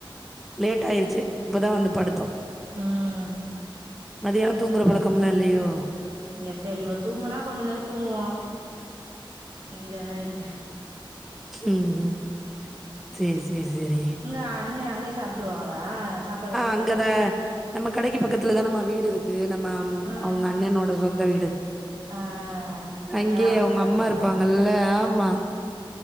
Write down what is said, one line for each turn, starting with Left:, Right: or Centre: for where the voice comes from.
Centre: லேட் ஆயிருச்சு இப்பதா வந்து படுத்தோ
Right: ம்
Centre: மதியாணொ தூங்குற பழக்கம்லா இல்லையோ
Right: எப்ப இவ தூங்குனா கொஞ்ச நேரொ தூங்குவோ இல்லனா இல்
Centre: ம் ம் சேரி சேரி சேரி
Right: உங்க அண்ணே அங்கே சாப்ட்ருவாங்க ஆ சாப்பாடு எடுத்து
Centre: அங்கதான்
Right: போடு
Centre: நம்ம கடைக்கு பக்கத்துலதானம்மா வீடு இருக்கு நம்ம அம்
Right: ஆ
Centre: அவ்ங்க அண்ணெனோட சொந்த வீடு
Right: ஆ அதனால
Centre: அங்கே
Right: அங்க
Centre: அவ்ங்க
Right: சாப்ட்ருவாங்களா
Centre: அம்மா இருப்பாங்கல்ல ஆமா